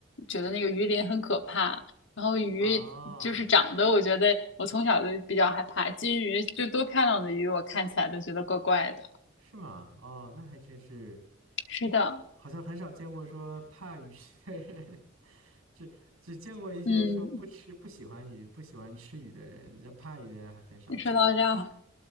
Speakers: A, on the left; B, on the right.
A: 觉得那个鱼鳞很可怕。然后鱼就是长得，
B: 啊。
A: 我觉得我从小就比较害怕。金鱼就多漂亮的鱼，我看起来都觉得怪怪的。
B: 是吗？哦，那还真是，
A: 是的，
B: 好像很少见过说怕鱼 <laughs> 的人，<laughs> 只只见过一些说不吃、
A: 嗯，
B: 不喜欢鱼、不喜欢吃鱼的人，这怕鱼的人还很少见
A: 说到这儿，